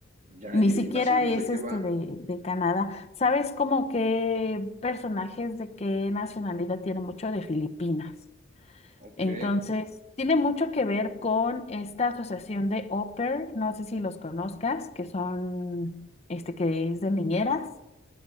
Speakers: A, on the right; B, on the left.
A: ya.
B: Ni
A: ¿Y,
B: siquiera
A: y más o menos
B: es
A: de qué
B: este
A: va?
B: de, de Canadá. ¿Sabes como qué personajes de qué nacionalidad tiene mucho de Filipinas?
A: Ok.
B: Entonces, tiene mucho que ver con esta asociación de au pair, no sé si los conozcas, que son, este, que es de niñeras.